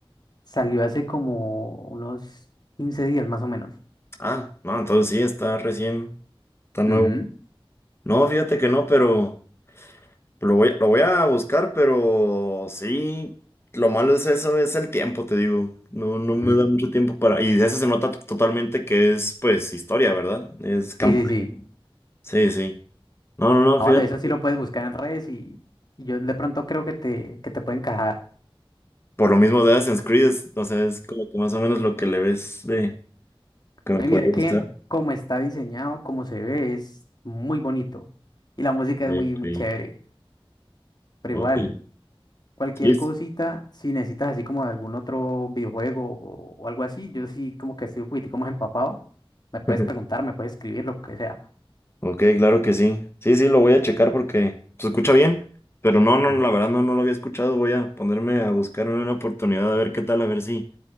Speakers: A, on the left; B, on the left.
A: Salió hace como unos 15 días más o menos.
B: Ah, no, entonces sí, está recién, está nuevo.
A: Ujú,
B: No, fíjate que no, pero Lo voy, lo voy a buscar, pero sí, lo malo es eso, es el tiempo, te digo. No, no me
A: ujú.
B: da mucho tiempo para... Y de eso se nota t- totalmente que es, pues, historia, ¿verdad? Es campaña.
A: Sí, sí, sí.
B: Sí, sí. No, no, no,
A: No,
B: fíjate.
A: de eso sí lo puedes buscar en redes y, y yo de pronto creo que te, que te puede encajar.
B: Por lo mismo de Assassin's Creed, es- o sea, es como que más o menos lo que le ves de... que me
A: No,
B: podría
A: y mira que
B: gustar.
A: como está diseñado, como se ve, es muy bonito. Y la música es
B: Ok,
A: muy, muy chévere. Pero
B: ok,
A: igual,
B: ok.
A: cualquier
B: Sí. sí.
A: cosita, si necesitas así como de algún otro videojuego o, o algo así, yo sí como que estoy un poquitico más empapado. Me puedes
B: <laughs>
A: preguntar, me puedes escribir, lo que sea.
B: Ok, claro que sí. Sí, sí, lo voy a checar porque se escucha bien, pero no, no,
A: Ujú.
B: la verdad no, no lo había escuchado. Voy a ponerme a buscar una oportunidad a ver qué tal, a ver si,